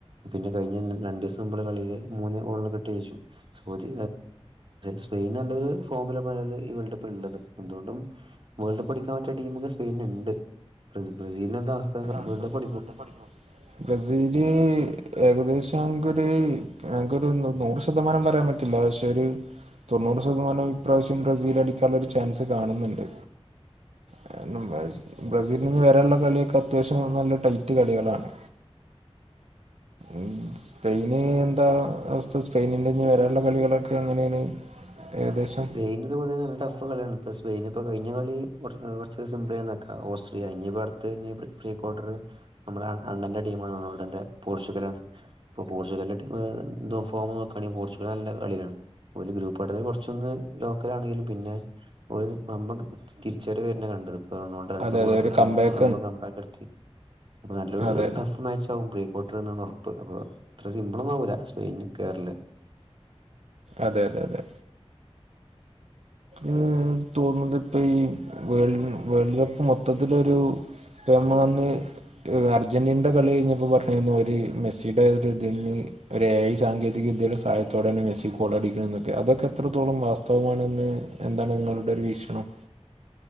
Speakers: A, on the right (about 55°); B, on the right (about 80°).
A: പിന്നെ കഴിഞ്ഞ രണ്ടുദിവസം മുമ്പുള്ള കളിയില് മൂന്നേ- <unintelligible> സോദി സ്പെയിൻ നല്ലരു ഫോമില പല ഈ വേൾഡ് കപ്പിൽ ഉള്ളത്, എന്തുകൊണ്ടും. വേൾഡ് കപ്പ് അടിക്കാൻ പറ്റിയ ടീമൊക്കെ സ്പെയിന് ഇണ്ട്, ബ്രസീലിനെന്താ അവസ്ഥ?
B: വേൾഡ്കപ്പ്
A: വേൾഡ് കപ്പ്
B: അടിക്കുവോ? ബ്രസീല് ഏകദേശംഇപ്പോ ഒരു, ഞങ്ങൾക്കൊരു നൂറ് ശതമാനം പറയാൻ പറ്റു, എന്താച്ചല് ഒരു തൊണ്ണൂറ് ശതമാനം, ഇപ്രാവശ്യം ബ്രസീൽ- അടിക്കാള്ളൊരു ചാൻസ് കാണുന്നുണ്ട്. കാരണം ബ്രസീലി ന്നി വരാള്ള കളികളൊക്കെ അത്യാവശ്യം നല്ല ടൈറ്റ് കളികളാണ്. ഉം സ്പെയിന് എന്താ അവസ്ഥ, സ്പെയിനിൻ്റെ നി വരാള്ള കളികളൊക്കെ എങ്ങനേണ് ഏകദേശം
A: സ്പെയിനിതുപോലെ നല്ല ടഫുകളിയാണ് ഇപ്പോൾ സ്പെയിനിനിപ്പോ കഴിഞ്ഞകളി ഒരു സിംമ്പിളിയാന്നു വെക്കാം ഓസ്ട്രിയ ഇനിയിപ്പോ അടുത്തതിനി പ്രീക്വാർട്ടർ നമ്മളെ അങ്ങനെ ടീമാ റൊണാൾഡോന്റെ പോർച്ചുഗലാണ്. ഇപ്പോൾ പോർച്ചുഗലിന്റെ ടീമ് എഫോമ് നോക്കുകയാണെങ്കിൽ പോർച്ചുഗൽ നല്ല കളിയാണ് ഒരു ഗ്രൂപ്പ് അഡ്മിൻ കൊറച്ചൊന്ന്.. ലോക്കലാണെങ്കിൽ പിന്നെയൊരുവമ്പം തിരിച്ചുവരവുതന്നെ കണ്ടതും റൊണാൾഡോ രണ്ടുഗോളൊക്കെ
B: അതെ അതെ ഒരു
A: ഇട്ട്,
B: കംബാക്ക്
A: ഓൻ വമ്പം കംബാക്കട് ത്തി അപ്പൊ നല്ലൊരുടഫ്മാച്ചാകും
B: അതെ
A: പ്രീക്വാർട്ടർ എന്നാണ് ഉറപ്പ് അപ്പൊ ഇത്ര സിംമ്പിളൊന്നുമാകൂല സ്പെയിനുകേറല്
B: അതെയതെയതെ ആ തോന്നുന്നതിപ്പമീ വേൾ വേൾഡുകപ്പ് മൊത്തത്തിലൊരു അപ്പ നമ്മളന്ന് അർജന്റീനയുടെകളി കഴിഞ്ഞപ്പോൾ പറഞ്ഞിരുന്നു ഒരു മെസ്സിയുടെയൊരുഇതിൽ ഈ ഒരുഏ. ഐ. സാങ്കേതിക വിദ്യയുടെ സഹായത്തോടെയാണ് മെസ്സിഗോളടിക്കണന്നൊക്കെ. അതൊക്കെത്രത്തോളം വാസ്തവമാണെന്ന് എന്താണുനിങ്ങളുടെ വീക്ഷണം